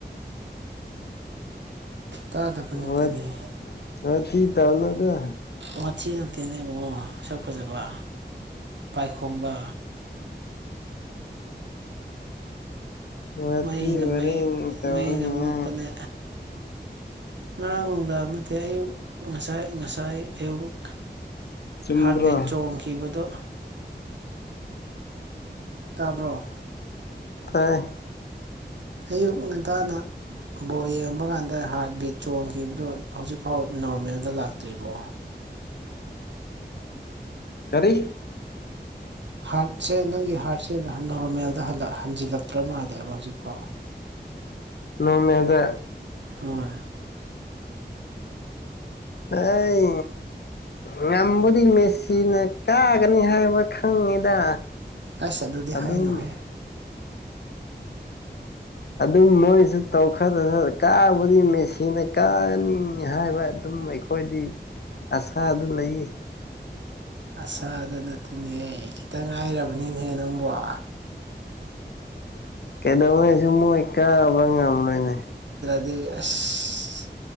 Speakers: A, on the right; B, on the left.
A: ꯇꯥꯗꯕ
B: ꯋꯥ
A: ꯅꯠꯇꯦꯅꯦꯍꯦ
B: ꯋꯥꯊꯤ ꯇꯧꯅꯨꯗꯥ
A: ꯋꯥꯊꯤ ꯅꯠꯇꯦꯅ ꯏꯕꯨꯡꯉꯣ ꯁꯛ ꯐꯖꯕ ꯄꯥꯏꯈꯣꯝꯕ
B: ꯃꯠꯇꯤ
A: ꯃꯩꯅ
B: ꯑꯣꯏꯔꯦ
A: ꯃꯩ
B: ꯇꯧꯒ
A: ꯃꯩꯅ ꯃꯨꯠꯄꯅꯦ ꯉꯔꯥꯡ ꯅꯨꯡꯗꯥꯡ ꯅꯠꯇꯦ ꯑꯌꯨꯛ ꯉꯁꯥꯏ ꯉꯁꯥꯏ ꯑꯌꯨꯛ
B: ꯆꯨꯝꯕ꯭ꯔꯣ
A: ꯍꯥꯔꯗꯤꯠ ꯆꯣꯡꯈꯤꯕꯗꯣ ꯇꯥꯕ꯭ꯔꯣ
B: ꯀꯥꯏ
A: ꯑꯌꯨꯛ ꯉꯟꯇꯥꯅ ꯕꯣꯜ ꯌꯦꯡꯕ ꯀꯥꯟꯗ ꯍꯥꯔꯠ ꯕꯤꯠ ꯆꯣꯡꯈꯤꯕꯗꯨꯣ ꯍꯧꯖꯤꯛꯐꯥꯎ ꯅꯣꯔꯃꯦꯜꯗ ꯂꯥꯛꯇ꯭ꯔꯤꯕꯣ
B: ꯀꯔꯤ
A: ꯍꯥꯔꯠꯁꯦ ꯅꯪꯒꯤ ꯍꯥꯔꯠꯁꯦ ꯅꯣꯔꯃꯦꯜꯗ ꯍꯟꯖꯤꯜꯂꯛꯇ꯭ꯔ ꯃꯥꯜꯂꯦꯕ ꯍꯧꯖꯤꯛꯐꯥꯎ <unintelligible>
B: ꯅꯣꯔꯃꯦꯜꯗ
A: ꯍꯣꯏ
B: ꯑꯩ ꯉꯝꯕꯨꯗꯤ ꯃꯦꯁꯤꯅ ꯀꯥꯒꯅꯤ ꯍꯥꯏꯕ ꯈꯪꯉꯤꯗ
A: ꯑꯁ ꯑꯗꯨꯗꯤ
B: ꯑꯗꯨꯝ
A: ꯍꯥꯏꯅꯨꯍꯦ
B: ꯑꯗꯨꯝ ꯃꯣꯏꯁꯨ ꯇꯧꯈꯗ꯭ꯔ ꯀꯥꯕꯨꯗꯤ ꯃꯦꯆꯤꯟꯅ ꯀꯥꯅꯤ ꯍꯥꯏꯕ ꯑꯗꯨꯝ ꯑꯩꯈꯣꯏꯗꯤ ꯑꯁꯥꯗꯨ ꯂꯩ
A: ꯑꯁꯥ ꯑꯗꯨ ꯅꯠꯇꯦꯅꯦꯍꯦ ꯈꯤꯇꯪ ꯉꯥꯏꯔꯕꯅꯤꯅꯦꯍꯦ ꯅꯪꯕ
B: ꯀꯩꯗꯧꯉꯩꯁꯨ ꯃꯣꯏ ꯀꯥꯕ꯭ꯔ ꯉꯝꯂꯣꯏꯅꯦ
A: ꯑ ꯑꯁ